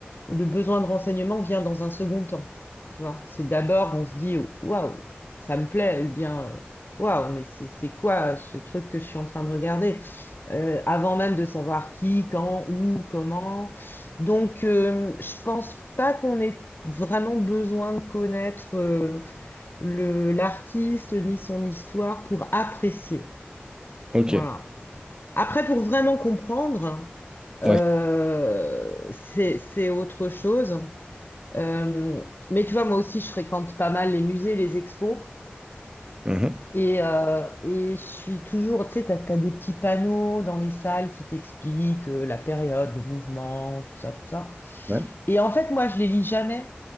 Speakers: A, on the left (about 60°); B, on the right (about 20°).
A: le besoin de renseignement vient dans un second temps. Tu vois, c'est d'abord on se dit waouh, ça me plaît, ou bien euh, waouh, mais c'est c'est quoi ce truc que je suis en train de regarder, Euh, avant même de savoir qui, quand, où, comment. Donc, euh, je pense pas qu'on ait vraiment besoin de connaître. euh, le, l'artiste ni son histoire pour apprécier.
B: Ok.
A: Voilà. Après, pour vraiment comprendre, euh,
B: Ouais.
A: c'est, c'est autre chose. Euh, mais tu vois, moi aussi, je fréquente pas mal les musées, les expos.
B: Mhm.
A: Et, euh, et je suis toujours, tu sais, t'as, t'as des petits panneaux dans les salles qui t'expliquent euh, la période, le mouvement, tout ça, tout ça.
B: Ouais.
A: Et en fait, moi, je les lis jamais.